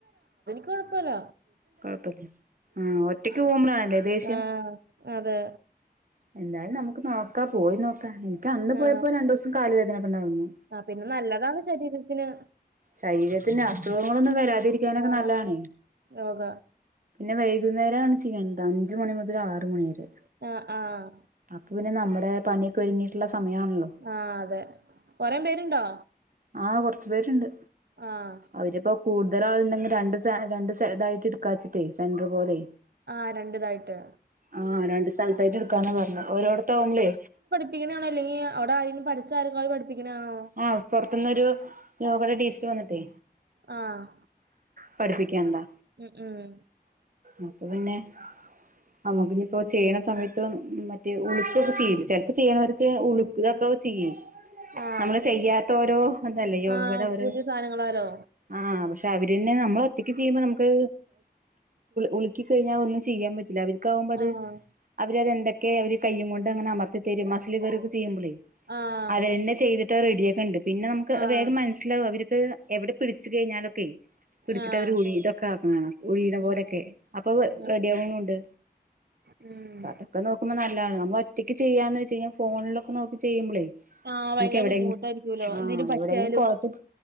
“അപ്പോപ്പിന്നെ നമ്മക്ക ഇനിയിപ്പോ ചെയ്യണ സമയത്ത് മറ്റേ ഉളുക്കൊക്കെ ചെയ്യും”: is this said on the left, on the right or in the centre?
Right